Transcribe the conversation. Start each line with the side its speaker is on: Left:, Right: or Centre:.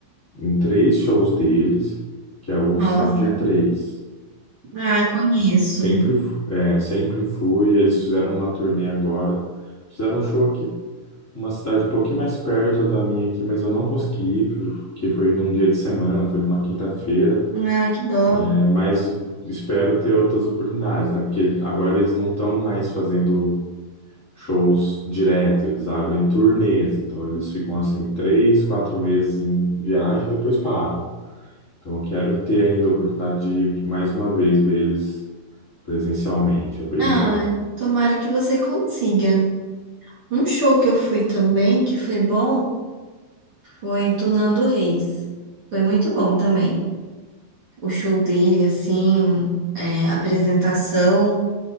Left: em três shows deles, que é o Oficina
Right: Nossa,
Left: g três
Right: ah, conheço.
Left: Sempre, fu- é, sempre fui. Eles fizeram uma turnê agora. Fizeram um show aqui, uma cidade um pouquinho mais perto da minha aqui, mas eu não consegui ir, porque foi num dia de semana, foi numa quinta-feira.
Right: Ai, que dó.
Left: É, mas espero ter outras oportunidades, né? Porque agora eles não estão mais fazendo shows direto, eles abrem turnês, então eles ficam assim três, quatro meses em viagem e depois param. Então eu quero ter ainda a oportunidade de ir mais uma vez ver eles presencialmente, é bem
Right: Ah,
Left: legal.
Right: tomara que você consiga. Um show que eu fui também, que foi bom, foi do Nando Reis. Foi muito bom também. O show dele, assim, é, a apresentação.